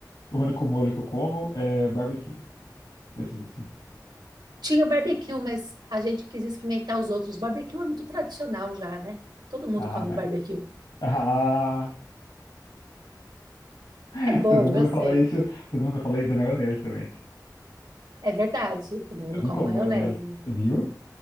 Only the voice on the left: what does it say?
O único molho que eu como é barbecue. Desses assim.
Ah,
man.
Ah, <laughs>
todo mundo
fala isso. Todo mundo fala isso da maionese também.
Eu não
como
maionese. Viu?